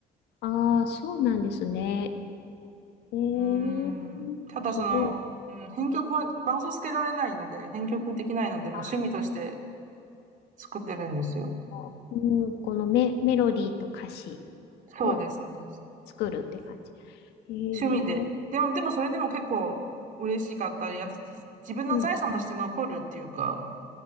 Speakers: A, on the left; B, on the right.
A: ああ、そうなんですね。えー、
B: うーん、ただその、
A: すごい。
B: うん、編曲は伴奏つけられないので、編曲できないので、もう趣味として
A: あ
B: 作ってるんですよ。
A: ー、うん、このメ、メロディーと歌詞
B: そうです、
A: を
B: そうです。
A: 作るって感じ。へえ、
B: 趣味で。でも、でもそれでも結構嬉しかったり、あとじ自分の財産として残るっていうか、
A: うん。